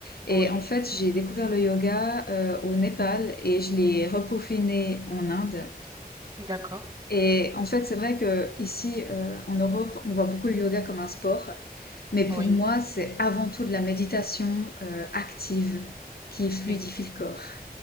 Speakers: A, on the left; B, on the right.
A: Et
B: oui,
A: en fait, j'ai découvert le yoga euh, au Népal et je l'ai repaufiné en Inde.
B: d'accord,
A: Et en fait, c'est vrai que ici, euh, en Europe, on voit beaucoup le yoga comme un sport. Mais pour
B: oui.
A: moi, c'est avant tout de la méditation euh, active qui fluidifie
B: Mais
A: le corps.